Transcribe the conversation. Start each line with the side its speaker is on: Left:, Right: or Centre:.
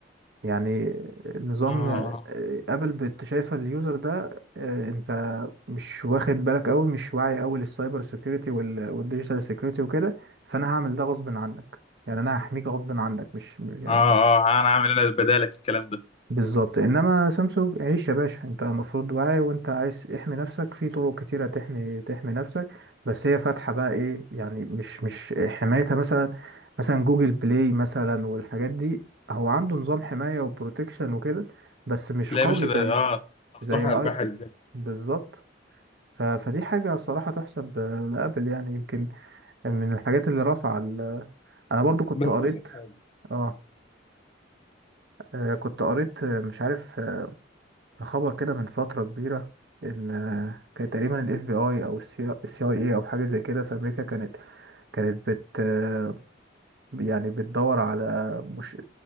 Right: يعني نظام
Left: اه اه
Right: آه، ابل بت- شايفه اليوزر ده آه، انت مش واخد بالك قوي مش واعي قوي للسايبر سيكيورتي والديجيتال سيكيورتي وكده فانا هعمل ده غصب عنك يعني انا هحميك غصب عنك مش يعني
Left: اه اه انا عامل انا بدالك الكلام ده
Right: بالظبط انما سامسونج عيش يا باشا انت المفروض واعي وانت عايز احمي نفسك في طرق كتيره تحمي تحمي نفسك بس هي فاتحه بقى ايه يعني مش مش حمايتها مثلا مثلا جوجل بلاي مثلا والحاجات دي هو عنده نظام حمايه وبروتكشن وكده بس مش
Left: لا
Right: قوي
Left: يا باشا
Right: زي
Left: ده اه مفتوح
Right: زي
Left: على
Right: ايفون
Left: البحر الدنيا
Right: بالظبط ف- فدي حاجه صراحه تحسب آه، لابل يعني يمكن من الحاجات اللي رفع ال- انا برضو كنت
Left: بس
Right: قريت
Left: اقول لك حاجة.
Right: اه آه، كنت قريت آه، مش عارف خبر كده من فترة كبيرة إن آه، كان تقريبا ال FBI أو ال CIA أو حاجة زي كده في أمريكا كانت كانت بت آه، يعني بتدور على مش